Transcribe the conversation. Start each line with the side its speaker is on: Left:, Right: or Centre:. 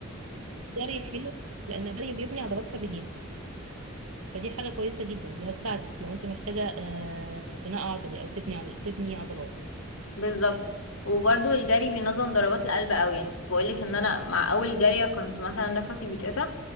Right: الجري حلو لان الجري بيبني عضلات في الرجلين فدي حاجة كويسة جدا دي هتساعدك لو انت محتاجة آه، بناء عضلي او تبني عضل تبني عضلات
Left: بالظبط وبرده الجري بينظم ضربات القلب قوي يعني كنت بقولك ان انا مع اول جريه كنت مثلا نفسي بيتقطع